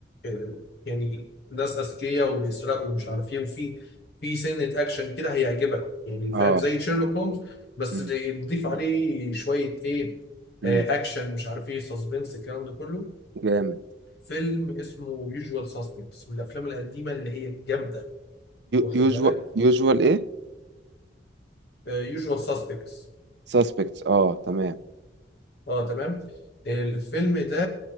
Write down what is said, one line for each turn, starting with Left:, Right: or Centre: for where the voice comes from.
Left: آه، يعني ناس اذكياء وبيسرقوا ومش عارف ايه وفي في سنه اكشن كده هيعجبك يعني
Right: اه
Left: فاهم زي شيرلوك هولمز بس
Right: امم
Left: تضيف عليه شويه ايه
Right: امم
Left: آه، اكشن مش عارف ايه سسبنس الكلام ده كله
Right: جامد
Left: فيلم اسمه يوجوال ساسبكتس من الافلام القديمه اللي هي الجامده واخد
Right: يوجوال
Left: بالك
Right: يوجوال ايه
Left: يوجوال ساسبكتس
Right: ساسبكتس اه تمام
Left: اه تمام الفيلم ده